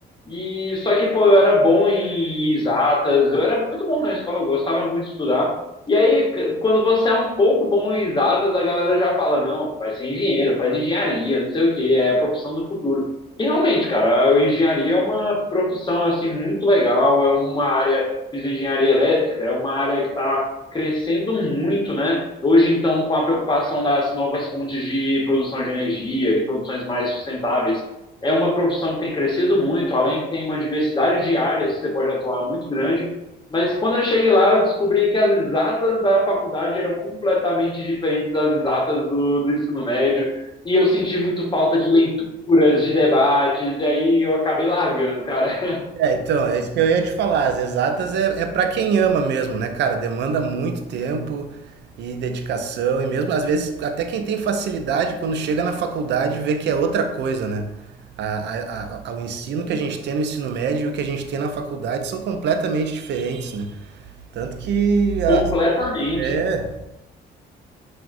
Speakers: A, on the left; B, on the right.
A: E só que, pô, eu era bom em exatas, eu era muito bom na escola, eu gostava muito de estudar. E aí, quando você é um pouco bom em exatas, a galera já fala, não, vai ser engenheiro, faz engenharia, não sei o que, é a profissão do futuro. E realmente, cara, a engenharia é uma profissão, assim, muito legal, é uma área, fiz engenharia elétrica, é uma área que está crescendo muito, né? Hoje, então, com a preocupação das novas fontes de produção de energia, de produções mais sustentáveis, é uma profissão que tem crescido muito, além que tem uma diversidade de áreas que você pode atuar muito grande, mas quando eu cheguei lá, eu descobri que as exatas da faculdade eram completamente diferentes das exatas do, do ensino médio. E eu senti muito falta de leituras, de debates, e aí eu acabei largando, cara.
B: É, então, é isso que eu ia te falar. As exatas é, é para quem ama mesmo, né, cara? Demanda muito tempo e dedicação, e mesmo às vezes, até quem tem facilidade, quando chega na faculdade, vê que é outra coisa, né? A, a, a- a- o ensino
A: <laughs>
B: que a gente tem no ensino médio e o que a gente tem na faculdade são completamente diferentes, né? Tanto que ah,
A: Completamente.
B: é,